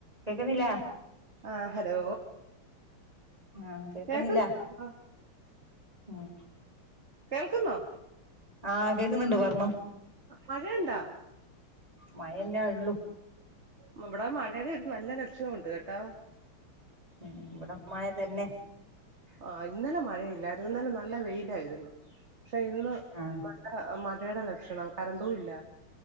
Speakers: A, on the right (about 15°); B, on the right (about 30°).
A: കേക്കുന്നില്ലാ
B: ആഹ് ഹലോ
A: ആഹ് കേക്കുന്നില്ല
B: കേൾക്കുന്നുണ്ടോ
A: ഉം
B: കേൾക്കുന്നോ
A: ആഹ് കേക്ക്ന്ന്ണ്ട് പർണോ
B: മഴൺണ്ടാ
A: മഴന്നാള്ളു
B: മംബടെ മഴേടെര് നല്ല ലക്ഷ്യോണ്ട് കേട്ടോ
A: ഉം മ്പടെ മഴ തന്നെ
B: ആഹ് ഇന്നലെ മഴയില്ലാര്ന്നു ഇന്നലെ നല്ല വെയിലായിര്ന്നു ക്ഷെ ഇന്ന്
A: ആഹ്
B: മഴ മഴേടെ ലക്ഷണം കരണ്ടുല്ല